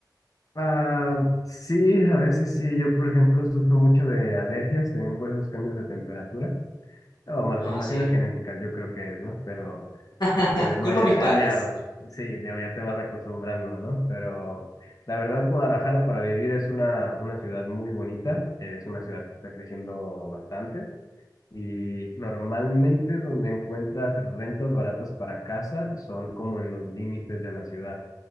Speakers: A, on the left; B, on the left.
A: Ah, sí, a veces sí. Yo, por ejemplo, sufro mucho de alergias, también por esos cambios de temperatura. O malformaciones
B: Ah, sí.
A: genéticas, yo creo que es, ¿no? Pero
B: <laughs>
A: eh, uno
B: Culpa
A: ya,
B: a mis padres.
A: ah, ya, sí, digo, ya te vas acostumbrando, ¿no? Pero la verdad, Guadalajara para vivir es una, una ciudad muy bonita. Es una ciudad que está creciendo bastante. Y normalmente donde encuentras rentas baratas para casa son como en los límites de la ciudad